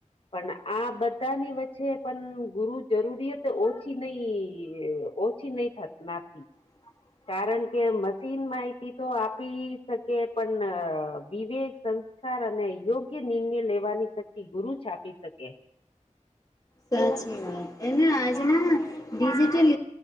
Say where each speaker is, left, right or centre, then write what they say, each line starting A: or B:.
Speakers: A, on the left (about 45°); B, on the left (about 25°).
A: પણ આ બધાની વચ્ચે. જે પણ ગુરુ જરૂરિયાત ઓછી નહીં ઓછી નહીં થત ના <unintelligible>
B: <inaudible>
A: કારણ કે મશીન માહિતીતો આપી શકે પણ વિવેક સંગ્રહ કાર અને યોગ્ય નિર્ણય લેવાની શક્તિ ગુરુ આપી શકે
B: સાચી વાત એને આજના ડિજિટલ